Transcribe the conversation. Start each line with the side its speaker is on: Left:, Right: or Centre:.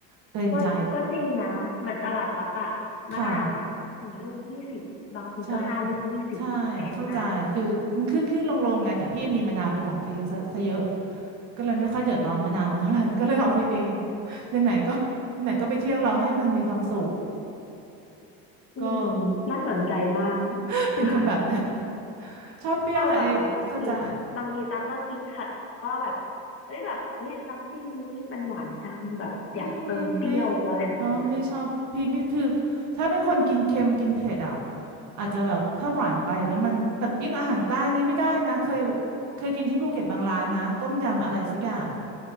Right: เกรงใจ
Left: ก็ก็จริงนะเหมือนตลาดปักอะมะนาวอะสี่ลูกยี่สิบบางทีก็ห้าลูกยี่สิบแพงมาก
Right: ค่ะใช่ใช่เข้าใจคือมันขึ้นขึ้นลงลงไงแต่พี่มีมะนาวเป็นของตัวเองซะซะเยอะก็เลยไม่ค่อยเดือดร้อนมะนาวเท่าไหร่ <laughs> ก็เลยเอาไปเองไหนๆก็ไหนๆก็ไปเที่ยวเราให้มันมีความสุข
Left: อืม
Right: ก็
Left: น่าสนใจมาก
Right: <laughs> เป็นคนแบบนั้น
Left: <laughs>
Right: ชอบเปรี้ยวแต่ันเข้าใจ
Left: เออแบบเหมือนบางทีบางทีตั๊กก็คิดค่ะว่าแบบเฮ้ยแบบเฮ้ยน้ำจิ้มนี้มันหวานจังแบบอยากเติมเปรี้ยวอะไรแบบเนี้ย
Right: อืมไม่เนาะไม่ชอบพี่ไม่คือถ้าเป็นคนกินเค็มกินเผ็ดอ่ะอาจจะแบบถ้าหวานไปแล้วมันแต่ยิ่งอาหารใต้นี่ไม่ได้นะเคยเคยกินที่ภูเก็ตบางร้านนะต้มยำอะไรสักอย่าง